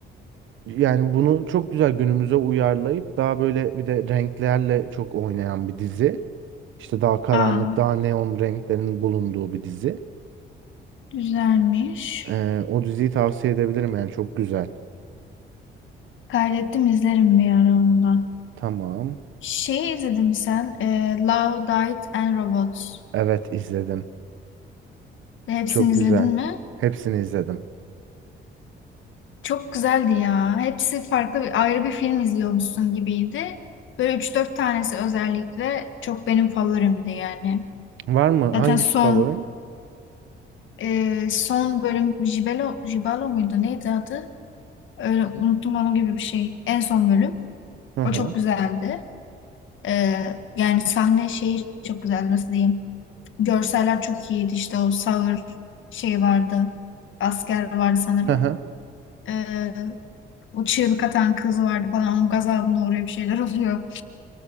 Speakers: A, on the right; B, on the left.
A: Yani bunu çok güzel günümüze uyarlayıp daha böyle bir de renklerle çok oynayan bir dizi. İşte daha karanlık,
B: Aa,
A: daha neon renklerin bulunduğu bir dizi.
B: güzelmiş.
A: Ee, o diziyi tavsiye edebilirim yani çok güzel.
B: Kaydettim izlerim bir ara onu da.
A: Tamam.
B: Şey izledin mi sen? Ee, Love, Death and Robots.
A: Evet izledim.
B: Hepsini
A: Çok
B: izledin
A: güzel.
B: mi?
A: Hepsini izledim.
B: Çok güzeldi ya. Hepsi farklı bir, ayrı bir film izliyormuşsun gibiydi. Böyle üç dört tanesi özellikle çok benim favorimdi yani.
A: Var mı? Hangisi
B: Zaten son
A: favorin?
B: e, son bölüm Jibelo, Jibalo muydu? Neydi adı? Öyle unuttum onu gibi bir şey. En son bölüm.
A: Hı hı.
B: O çok güzeldi. Ee, yani sahne şeyi çok güzeldi nasıl diyeyim. Görseller çok iyiydi işte o sağır şey vardı. Asker vardı sanırım.
A: Hı hı.
B: Ee, o çığlık atan kız vardı falan. Onun gazabına uğruyor bir şeyler <laughs> oluyor.